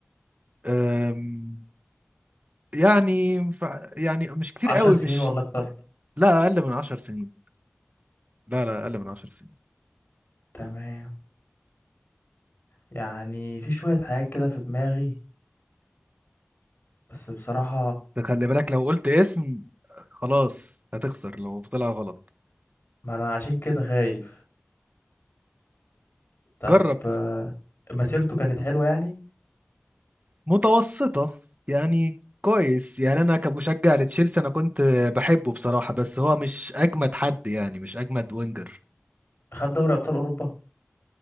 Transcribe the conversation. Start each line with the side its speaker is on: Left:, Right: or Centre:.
Right: أم، يعني ف... يعني مش كتير
Left: عشر
Right: قوي
Left: سنين
Right: مش
Left: ولا أكتر
Right: لا اقل من عشر سنين لا لا اقل من عشر سنين
Left: تمام يعني في شوية حاجات كده في دماغي بس بصراحة
Right: ده خلي بالك لو قلت اسم خلاص هتخسر لو طلع غلط
Left: ما أنا عشان كده خايف طب
Right: جرب
Left: آه، مسيرته كانت حلوة يعني
Right: متوسطة يعني كويس يعني انا كمشجع لتشيلسي انا كنت بحبه بصراحة بس هو مش اجمد حد يعني مش اجمد وينجر
Left: خد دوري أبطال أوروبا